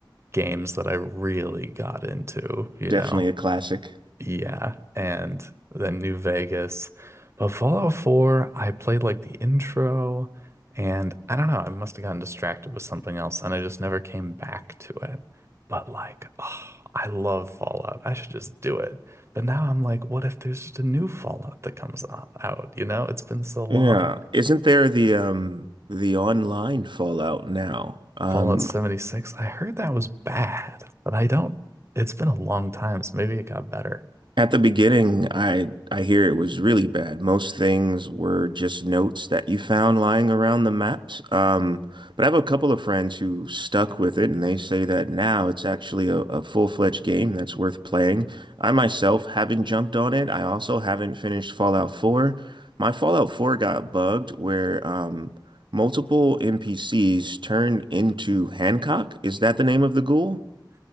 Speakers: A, on the right; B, on the right.
A: games that I really got into, you
B: definitely
A: know.
B: a classic.
A: Yeah, and then New Vegas. But Fallout 4, I played like the intro, and I don't know, I must have gotten distracted with something else, and I just never came back to it. But like, oh, I love Fallout. I should just do it. But now I'm like, what if there's just a new Fallout that comes o- out? You know, it's been so long.
B: Yeah. Isn't there the um the online Fallout now? Um,
A: Fallout 76, I heard that was bad, but I don't, it's been a long time, so maybe it got better.
B: At the beginning, I I hear it was really bad. Most things were just notes that you found lying around the maps. Um, but I have a couple of friends who stuck with it, and they say that now it's actually a, a full-fledged game that's worth playing. I myself haven't jumped on it. I also haven't finished Fallout 4. My Fallout 4 got bugged where um, multiple NPCs turned into Hancock. Is that the name of the ghoul?